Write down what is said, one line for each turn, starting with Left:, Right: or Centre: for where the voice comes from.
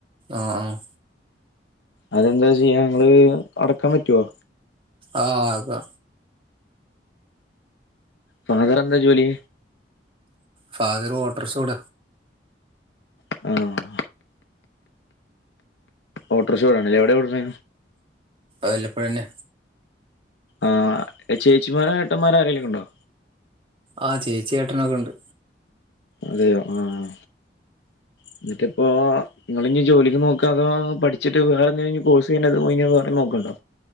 Right: ആഹ്
Left: അതെന്താ ചെയ്യാ ഞങ്ങള് അടക്കാൻ പറ്റുവോ
Right: ആഹ് ആക്കാ
Left: ഫാദർ എന്താ ജോലി
Right: ഫാദർ ഓട്ടർഷോട
Left: ആഹ് ഓട്ടർഷോടണ്ലേ എവിടോട്ണെ
Right: അല്ലപ്പഴ തന്നെ
Left: ആഹ് ചേച്ചിമാരോ ഏട്ടന്മാരോ ആരെങ്കലൊക്കെ ഉണ്ടോ
Right: ആഹ് ചേച്ചി ഏട്ടനൊക്കെ ഉണ്ട്
Left: അതെയോ ആഹ് എന്നിട്ടിപ്പോ നിങ്ങള ഇഞ്ഞി ജോലിക്ക് നോക് അഹ് പഠിച്ചിട്ട് വേറെന്തങ്കിലുഞ്ഞി കോഴ്സ്ങ്ങനെ <unintelligible> വേറെ നോക്ക്ണ്ടോ